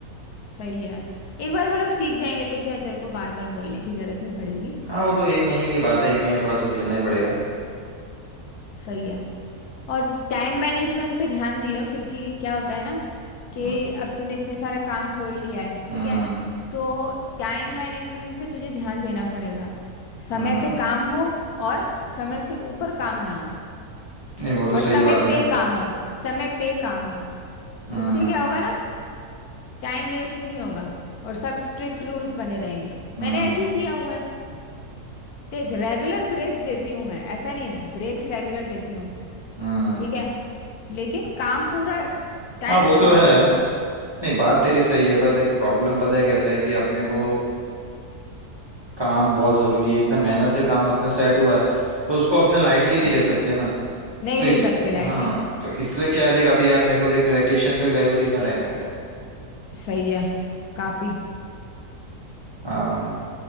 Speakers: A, on the left; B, on the right.
A: सही है एक बार वो लोग सीख जाएंगे तो क्या तेरे को बार बार बोलने की जरूरत नहीं पड़ेगी
B: हाँ वो तो एक महीने की बात है एक महीने थोड़ा सा झेलना ही पड़ेगा
A: सही है और टाइम मैनेजमेंट पे ध्यान दियो क्योंकि क्या होता है ना कि
B: हम्म
A: अब तूने इतने सारा काम खोल लिया है
B: हम्म
A: ठीक है तो टाइम मैनेजमेंट पे तुझे ध्यान देना पड़ेगा समय
B: हम्म,
A: पे काम हो और समय से ऊपर काम ना हो
B: नहीं वो तो
A: और समय
B: सही बात
A: पे
B: है
A: काम हो समय पे काम हो
B: हम्म
A: उससे क्या होगा ना टाइम वेस्ट नहीं होगा और सब स्ट्रिक्ट रूल्स बने रहेंगे
B: हम्म
A: मैंने ऐसे ही किया हुआ है देख रेगुलर ब्रेक्स देती हूँ मैं ऐसा नहीं ब्रेक्स रेगुलर देती हूँ
B: हम्म
A: ठीक है लेकिन काम पूरा टाइम
B: हाँ वो
A: पे
B: तो
A: होना
B: है
A: चाहिए
B: नहीं बात तेरी सही है पर देख प्रॉब्लम पता है कैसा है कि अपने को काम बहुत जरूरी है इतना मेहनत से काम अपना सेट हुआ है तो उसको अपने लाइटली
A: सही
B: नहीं ले
A: है
B: सकते ना
A: नहीं
B: तो
A: ले
B: इस
A: सकते लाइटली
B: हाँ तो इसलिए क्या है देख अभी यार मेरे को देख वैकेशन पे गए हुए कितना टाइम हो गया
A: सही है काफी
B: हाँ